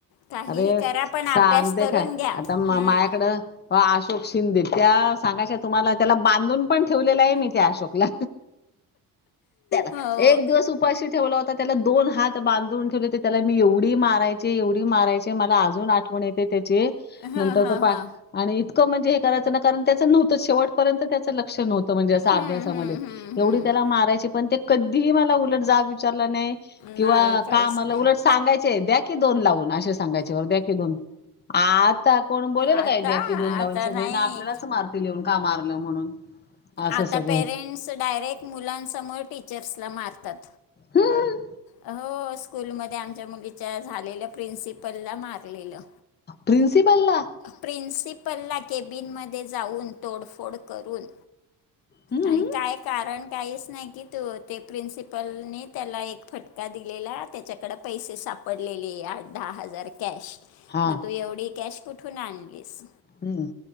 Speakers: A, on the left; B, on the left.
A: काहीही
B: अरे...
A: करा पण
B: सांगते
A: अभ्यास करून
B: काय...
A: घ्या
B: आता म...
A: हम्म
B: माह्याकडं मग अशोक शिंदे... त्या सांगायच्या... तुम्हाला त्याला बांधून पण ठेवलेले ए... मी त्या अशोकला... त्याला...
A: हो.
B: एक दिवस पाशी ठेवला होता त्याला... दोन हात बांधून ठेवले ते त्याला मी एवढी मारायचे... एवढी मारायचे... मला अजून आठवण येते त्याची
A: हा
B: नंतर
A: हा
B: तर पा...
A: हा.
B: आणि इतकं... म्हणजे हे करायचं ना... कारण त्याचं नव्हतं शेवटपर्यंत त्याच लक्ष नव्हतं... म्हणजे असं... अभ्यासामध्ये...
A: हम्म हम्म हम्म
B: एवढी
A: हम्म.
B: त्याला मारायची पण ते कधीही... मला उलट जाब विचारला नाई किंवा
A: नाही काहीच
B: का मा
A: नाही
B: उलट सांगायचे... द्या की दोन लावून... असे सांगायचे... वर द्या की दोन आता.. कोण बोलेल
A: आता
B: काय... द्या की दोन लावून...
A: आता नाही
B: <unintelligible> आपल्यालाच मारतील लिहून का मारलं म्हणून? असं
A: आता
B: सगळं
A: पेरेंट्स डायरेक्ट मुलांसमोर टीचर्सला मारतात.
B: हम्म.
A: हो स्कूलमध्ये आमच्या मुलीच्या झालेल्या प्रिन्सिपलला मारलेलं.
B: प्रिन्सिपलला.
A: प्रिन्सिपलला केॅबिनमध्ये जाऊन तोडफोड करून.
B: हम्म
A: आणि काय कारण काहीच नाही की तो ते प्रिन्सिपलने त्याला एक फटका. का दिलेला त्याच्याकड पैसे सापडलेले आठ दहा हजार कॅश.
B: हा,
A: मग तू एवढी कॅश कुठून आणलीस.
B: हम्म.